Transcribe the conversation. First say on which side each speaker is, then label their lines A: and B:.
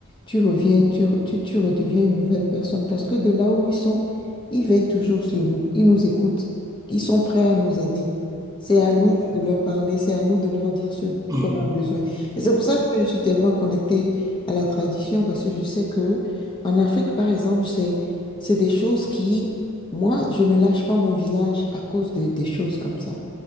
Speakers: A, on the left; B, on the right.
A: Tu reviens, tu, re- tu, tu redeviens une nouvelle personne parce que de là où ils sont, ils veillent toujours sur nous. Ils nous écoutent. Ils sont prêts à nous aider. C'est à
B: tout
A: nous
B: à fait.
A: de leur parler, c'est à nous de leur dire ce dont
B: <clears throat>
A: on a besoin. Et c'est pour ça que je suis tellement connectée à la tradition parce que je sais que en Afrique, par exemple, c'est, c'est des choses qui, moi, je ne lâche pas mon village à cause de- des choses comme ça.